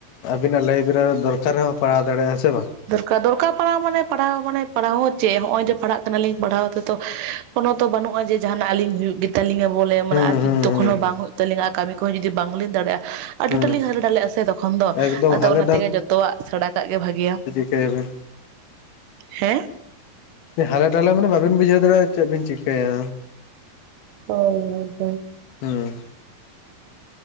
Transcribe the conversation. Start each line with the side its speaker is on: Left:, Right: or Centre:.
Left: ᱟᱵᱤᱱᱟᱜ ᱞᱟᱭ ᱵᱮᱨᱟ ᱨᱮ ᱫᱚᱨᱠᱟᱨ ᱦᱚᱸ ᱯᱟᱲᱟᱣ ᱫᱟᱲᱭᱟᱜᱼᱟ ᱦᱮᱸ ᱥᱮ ᱵᱟᱝ
Right: ᱫᱚᱨᱠᱟᱨ ᱫᱚᱨᱠᱟᱨ ᱯᱟᱲᱟᱣ ᱢᱟᱱᱮ ᱯᱟᱲᱦᱟᱣ ᱢᱟᱱᱮ ᱯᱟᱲᱦᱟᱣ ᱦᱚᱸ ᱪᱮᱫ ᱦᱚᱸᱜᱼᱚᱭ ᱡᱮ ᱯᱟᱲᱦᱟᱜ ᱠᱟᱱᱟᱞᱤᱧ ᱯᱟᱲᱦᱟᱣ ᱛᱮᱛᱚ ᱠᱚᱱᱳ ᱛᱚ ᱵᱟᱹᱱᱩᱜᱼᱟ ᱡᱮ ᱡᱟᱸᱦᱟᱱᱟᱜ ᱟᱹᱞᱤᱧ ᱦᱩᱭᱩᱜ ᱜᱮ ᱛᱟᱞᱤᱧᱟ ᱵᱚᱞᱮ ᱢᱟᱱᱮ
Left: ᱦᱩᱸ
Right: ᱟᱨ ᱡᱩᱫᱤ
Left: ᱦᱩᱸ
Right: ᱛᱚᱠᱷᱚᱱ
Left: ᱦᱩᱸ
Right: ᱦᱚᱸ
Left: ᱦᱩᱸ
Right: ᱵᱟᱝ ᱦᱩᱭᱩᱜ ᱛᱟᱹᱤᱧᱟ ᱠᱟᱹᱢᱤ ᱠᱚᱦᱚᱸ ᱡᱩᱫᱤ ᱵᱟᱝ ᱞᱤᱧ ᱫᱟᱲᱮᱭᱟᱜᱼᱟ ᱟᱹᱰᱤ
Left: ᱦᱩᱸ
Right: ᱴᱟ ᱞᱤᱧ ᱦᱟᱞᱮ ᱰᱟᱞᱮᱜᱼᱟ ᱥᱮ ᱛᱚᱠᱷᱚᱱ ᱫᱚ
Left: ᱮᱠᱫᱚᱢ
Right: ᱟᱫᱚ
Left: ᱦᱟᱞᱮ
Right: ᱚᱱᱟ ᱛᱮᱜᱮ ᱡᱚᱛᱚ ᱟᱜ ᱥᱮᱸᱬᱟ ᱠᱟᱜ ᱜᱮ ᱵᱷᱟᱜᱮᱭᱟ
Left: ᱪᱤᱠᱟᱹᱭ ᱟᱵᱤᱱ
Right: ᱦᱮᱸ
Left: ᱦᱟᱞᱮ ᱰᱟᱞᱮ ᱢᱟᱱᱮ ᱵᱟᱵᱤᱱ ᱵᱩᱡᱷᱟᱹᱣ ᱫᱟᱲᱮᱭᱟᱜᱼᱟ ᱪᱮᱫ ᱵᱤᱱ ᱪᱤᱠᱟᱹᱭᱟ
Right: ᱚ ᱦᱩᱸ
Left: ᱦᱩᱸ